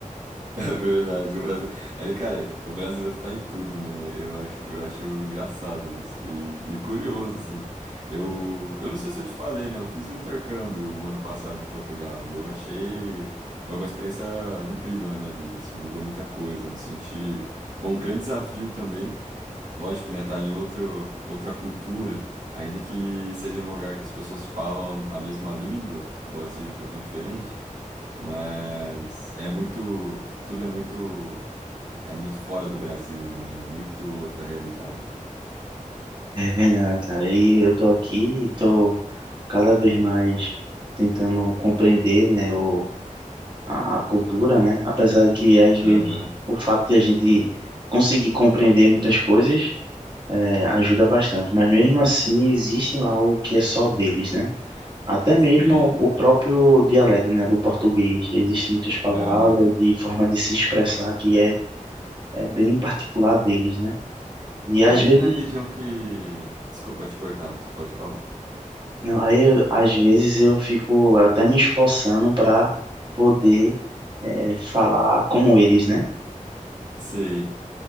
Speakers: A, on the right; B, on the right.
A: <laughs> É verdade, o Brasil... Aí, cara, o brasileiro tá em tudo, né? Eu acho, eu acho engraçado isso e, e curioso, assim. Eu, eu não sei se eu te falei, né? Eu fiz um intercâmbio o ano passado em Portugal e eu achei... Foi uma experiência incrível na minha vida, assim, mudou muita coisa, me senti... Foi um grande desafio também, lógico, né? Tá em outro, outra cultura, ainda que seja num lugar que as pessoas falam a mesma língua, embora seja um pouquinho diferente, mas é muito, tudo é muito, é muito fora do Brasil, né? É muito outra realidade.
B: É verdade, cara. E eu tô aqui, tô cada vez mais tentando compreender, né, o, a, a cultura, né? Apesar de que às vezes
A: Aham,
B: o fato de a gente conseguir compreender muitas coisas é, ajuda bastante, mas mesmo assim existe algo que é só deles, né? Até mesmo
A: sim,
B: o o próprio dialeto, né, do português, existem muitas palavras
A: aham.
B: e forma de se expressar que é, é bem particular deles, né? E às
A: Aí
B: vezes
A: na região que, desculpa te cortar, mas tu pode falar.
B: Não, aí eu- às vezes eu fico até me esforçando para poder eh, falar como eles, né?
A: Sei.